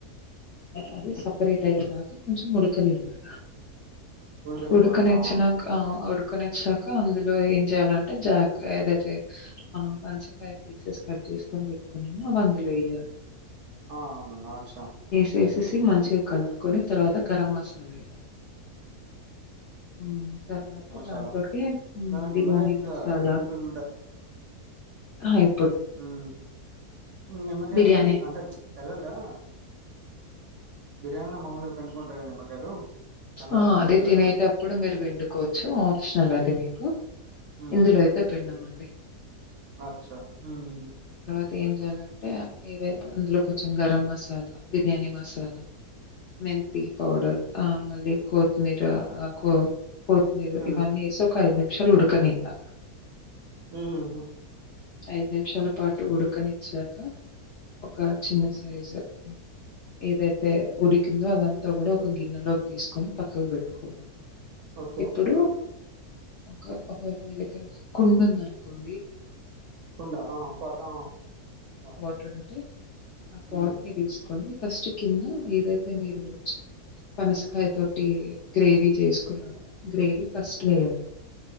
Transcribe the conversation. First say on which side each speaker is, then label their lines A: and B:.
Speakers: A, on the left (about 70°); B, on the right (about 65°).
A: అది సెపరేట్ అయ్యేదాకా కొంచెం వుడకనివల్ల
B: ఉడకనివ్వాలి
A: ఉడుకునీచ్చినాకా
B: ఆ
A: పక్కనిచ్చాక అందులో ఏం చెయాలంటే జాకా ఏదైతే మనం పంచకాయ పీసెస్ కట్ చేసుకొని పెట్టుకున్నాము అది అందులో వేయాలి
B: ఆ అవును నా అచ్చా
A: చేసేసి మంచిగా కలుపుకొని తర్వాత గరం మసాలా వేయాలి మ్మ్ తర్వాత
B: మసాలా
A: దాంట్లోకి
B: దాంట్లో
A: బిర్యానీ
B: నిమ్మకాయ గిట్లా
A: మసాలా
B: పిండుకుంటూ
A: ఆయి
B: హ్మ్ నిమ్మకే
A: బిర్యానీ
B: ఉంట అంటే క్యాజువల్ గా బిర్యానీలో మామ్మూలుగా పండుకుంటారు కదా నిమ్మకాయలు అలా
A: ఆ
B: నాకు
A: అదే
B: తెలవదు
A: తినేటప్పుడు
B: కదా అడుగుతుంది
A: మీరు పిండుకోవచ్చు ఆప్షనల్ అది మీకు
B: ఉమ్
A: ఇందులోయక పిండం అండి
B: అచ్చా మ్మ్ హ్మ్
A: అ ఏం చేయాలంటే ఇవే అందులో కొంచెం గరం మసాలా బిర్యానీ మసాలా మెంతి పౌడర్ ఆ మళ కొత్తిమీర ఆకు కోత్మీరు
B: ఉమ్
A: ఇవన్నీ వేస ఒక ఐదు నిమిషాలు ఉుడుకనే ఇయ్యాల
B: ఉహుహు
A: ఐదు నిమిషాల పాటు ఉడకనిచ్చాక ఒక చిన్న సైజు ఏదైతే ఉడికిందో అదంతా కూడా ఒక గిన్నె లోకి తీసుకొని పక్కకు పెట్టుకోవాలి
B: ఓకే
A: ఇప్పుడు ఒక అల మీ దగ్గర కుండా ఉంది అనుకోండి
B: కుండ ఆ పాట ఆ యా
A: పోటడింట ఆ పాట్
B: ఉమ్
A: ని తీసుకొని ఫస్ట్ కింద ఏదైతే మీరు పనసకాయ తోటి గ్రేవీ చేసుకున్నారు గ్రేవీ ఫస్ట్ వేయాలీ